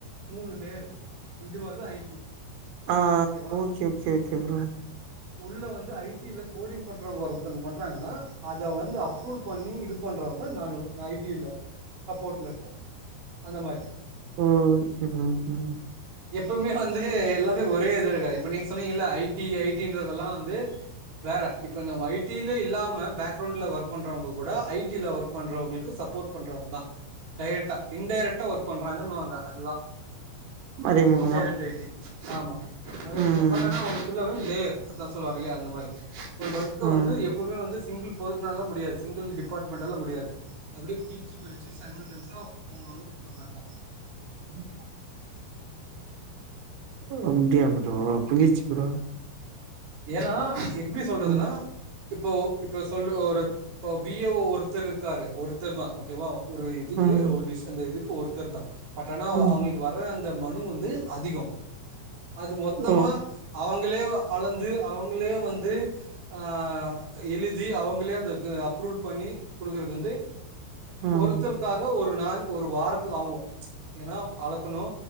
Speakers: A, on the right; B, on the right.
A: மூணு லேயரு இது மாரி தா ஐ டி
B: ஆ
A: ஓகேவா
B: ஓகே ஓகே ஓகே ப்ரோ
A: உள்ள வந்து ஐ டி ல கோடிங் பண்றவங்க ஒருத்தோங்க பண்றாங்கன்னா அத வந்து அப்ரூல் பண்ணி இது பண்றவங்க நாங் நா ஐ டி லருப்போ சப்போர்ட்ல இருப்போ அந்த மாரி
B: ஓ! சரி ஓகே. ப்ரோ.
A: எப்பமே வந்து எல்லாமே ஒரே இது இருக்காது இப்ப நீங்க சொன்னீங்கல ஐ டி ஐ டி ன்றதெல்லா வந்து வேற இப்ப நம்ம ஐ டி ல இல்லாம பேக்ரவுண்ட்ல ஒர்க் பண்றவங்க கூட ஐ டி ல ஒர்க் பண்றவங்களுக்கு சப்போர்ட் பண்றவங் தா டைரக்ட்ட இன்டைரக்ட்டா ஒர்க் பண்றாங்கன்னுவாங்க அதுதா
B: மறைமுகமா.
A: இன்டைரக்ட் ஐ டி ஆமா நாளைக்கு
B: ம்.
A: <inaudible> லேர் அதா சொல்லுவாங்கல்லியா அந்த மாரி ஒரு ஒர்க்க
B: ம்.
A: வந்து எப்போமே வந்து சிங்கிள் பர்சன்னால முடியாது சிங்கிள் டிபார்ட்மெண்ட்டால முடியாது அப்டியே பிரிச்சு பிரிச்சு சைமில்டன்ஸா அவுங்கவுங்க பண்ற மார் தா
B: அப்பிடியா ஓ அப்டியா ப்ரோ புரிஞ்சிருச்சு ப்ரோ
A: ஏன்னா எப்டி சொல்றதுன்னா
B: ம்.
A: இப்போ இப்ப சொல்லு ஒரு இப்ப பி ஓ ஓ ஒர்த்தர் இருக்காரு ஒருத்தர் தா ஓகேவா ஒரு இதுக்கு
B: ம்.
A: ஒரு டிஷ் அந்த இதுக்கு ஒர்த்தர் தா பட் ஆனா
B: ம்.
A: அவுங்களுக்கு வர்ற அந்த மனு வந்து அதிகோ அது மொத்தமா
B: ஓ!
A: அவங்களே அளந்து அவங்களே வந்து ஆ எழுதி அவங்களே அதுக்கு அப்ரூல் பண்ணி குடுக்குறது வந்து
B: ம்.
A: ஒர்த்தருக்காக ஒரு நாள் ஒரு வாரத்துக்கு ஆவு ஏனா அளக்கணு